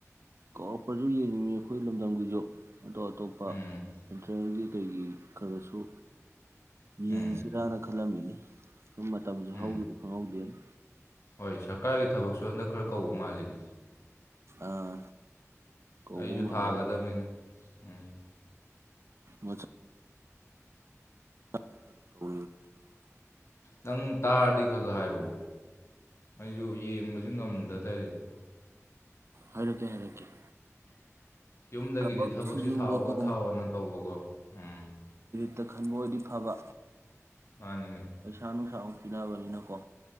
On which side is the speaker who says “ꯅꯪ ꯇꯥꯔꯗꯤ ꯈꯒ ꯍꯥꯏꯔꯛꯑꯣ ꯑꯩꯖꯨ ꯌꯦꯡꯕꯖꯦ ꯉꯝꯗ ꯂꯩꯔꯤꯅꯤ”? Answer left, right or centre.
Left